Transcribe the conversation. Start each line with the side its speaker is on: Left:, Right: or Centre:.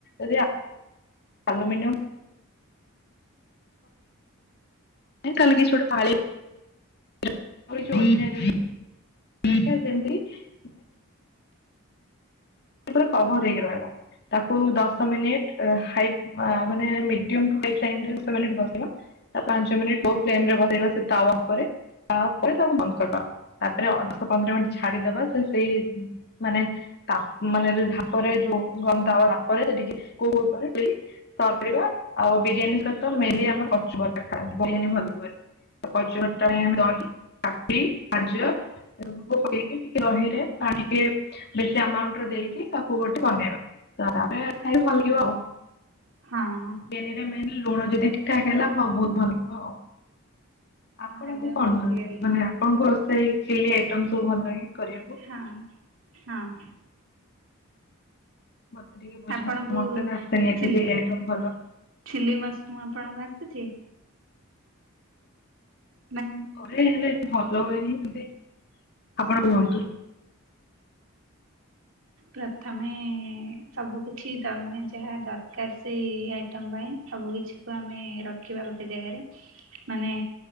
Left: ଯଦି ଆଲୁମିନିୟ ତାହେଲେ କିଛି ଗୋଟେ ଥାଳି ଯା <unintelligible> ସେଯେମ ସେଜେମିତି ଉପରେ କଭର ହେଇକି ରହିବ ତାକୁ ଦଶ ମିନିଟ ହାଇଟ ମାନେ ମେଡିମ୍ ରୁ ହାଇ <unintelligible> <unintelligible> ରେ ବସିବା ତା ପାଞ୍ଚ ମିନିଟ୍ ଲୋ ଫ୍ଲେମ ରେ ବସେଇବା ସେ ତାବା ଉପରେ ତାପରେ ତାକୁ ବନ୍ଦକରିବା। ତାପରେ ଅଠର ଶହ ପନ୍ଦର ମିନିଟ ଛାଡିଦବା ତେଣୁ ସେଇ ମାନେ ତା ମାନେ ଧାପରେ ଯୋଉ ଗନ ତାବା ଧପରେ ଟିକେ କେ କଣ କରିବା ଆଉ ବିରିୟାନୀ ସହିତ ମେନଲି ଆମର କଚୁମର୍ ଟା ଖାଆନ୍ତି ବିରିୟାନୀ <unintelligible> <unintelligible> କଚୁ <unintelligible> <unintelligible> <unintelligible> ଦେଇକି ତାକୁ ଗୋଟେ ବନେଇବା ତାମାନେ ତାପରେ ଖାଇବା <unintelligible>
Right: ହଁ
Left: ବେନରେ ଲୁଣ ଯଦି ଠିକ୍ ଖାଇ ହେଲା ଆଉ ବହୁତ ଭଲ ଲାଗିବ ଆଉ। ଆପଣଙ୍କୁ
Right: ଏବେ
Left: କଣ
Right: ମୁଁ ବୁଝିଗଲି।
Left: ଭଲ ଲାଗେ ମାନେ ଆପଣଙ୍କ ସେଇ ଚିଲି ଆଇଟମ ସବୁ ଭଲ ଲାଗେ କରିବାକୁ
Right: ହଁ ହଁ
Left: ମତେ ଟିକେ ବୁଝନ୍ତୁ
Right: ଆପଣଙ୍କୁ
Left: ମୋତେନେକ୍ସଟାଇମ୍ ଏତେଯେ
Right: ଚିହ୍ନି
Left: ହେଲେ ଯାଏ ଭଲ।
Right: ଚିଲି ମସରୁମ ଆପଣଙ୍କୁ ଆସିଚି? ହୁଁ
Left: ମୁଁ କରେ ହେଲେ ଭଲ ହୁଏନି ସେମିତି ଆପଣ କୁହନ୍ତୁ
Right: ପ୍ରଥମେ ସବୁ କିଛି ତାମାନେ ଯାହା ଦରକାର ସେଇ ଆଇଟମ ପାଇଁ ସବୁ କିଛି କୁ ଆମେ ରଖିବା ଗୋଟେ ଜାଗାରେ ମାନେ